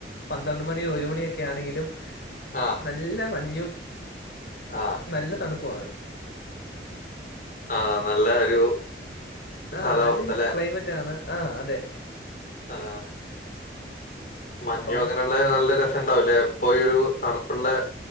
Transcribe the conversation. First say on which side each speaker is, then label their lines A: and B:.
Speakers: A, on the left; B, on the left.
A: പന്ത്രണ്ട് മണിയൊരു മണിയൊക്കെ ക്കെയാന്നെങ്കിലും
B: ആ
A: നല്ല മഞ്ഞും
B: ആ
A: നല്ല തണുപ്പുവാണ്
B: ആഹ് നല്ലാ ഒരു
A: ആഹ്
B: കാലാവസ്ഥ
A: നല്ലൊരു ക്ലൈമറ്റാണ് ആഹ് അതെ
B: ആഹ് മഞ്ഞു
A: അപ്പം
B: അങ്ങനൊള്ള നല്ല രസണ്ടാവുല്ലേ ഇപ്പൊ ഈ ഒരു തണുപ്പ്ള്ള